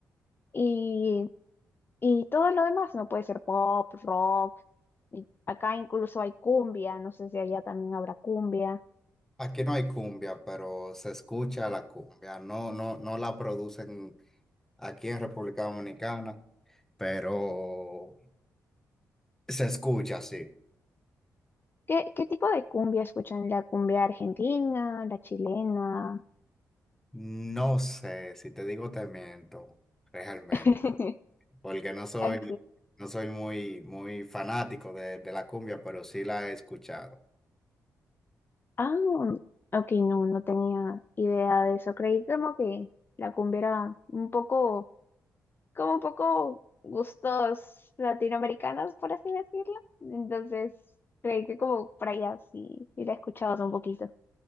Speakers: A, on the left; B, in the centre.
A: y, y todo lo demás, ¿no? Puede ser pop, rock, y acá incluso hay cumbia, no sé si allá también habrá cumbia.
B: Aquí no hay cumbia, pero se escucha la cumbia. No, no, no la producen aquí en República Dominicana, pero se escucha, sí.
A: ¿Qué, qué tipo de cumbia escuchan? ¿La cumbia argentina, la chilena?
B: No sé, si te digo te miento, realmente,
A: <laughs>
B: porque no soy,
A: ¿A
B: no soy muy, muy fanático de, de la cumbia, pero sí la he escuchado.
A: Ah, ok, no, no tenía idea de eso. Creí como que la cumbia era un poco, como un poco gustos latinoamericanos, por así decirlo. Entonces, creí que como por allá sí, sí la escuchabas un poquito.